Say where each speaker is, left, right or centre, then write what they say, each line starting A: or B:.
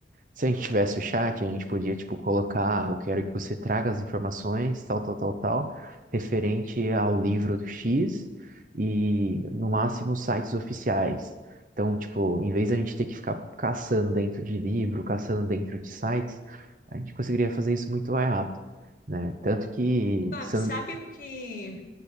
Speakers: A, on the right; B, on the left.
A: Se a gente tivesse o chat, a gente podia, tipo, colocar, "Ah, eu quero que você traga as informações, tal, tal, tal, tal, referente ao livro do X e, no máximo, sites oficiais. Então, tipo, em vez da gente ter que ficar caçando dentro de livro, caçando dentro de sites, a gente conseguiria fazer isso muito mais rápido, né? Tanto que...
B: Ô, Gabi,
A: se eu-
B: sabe o que?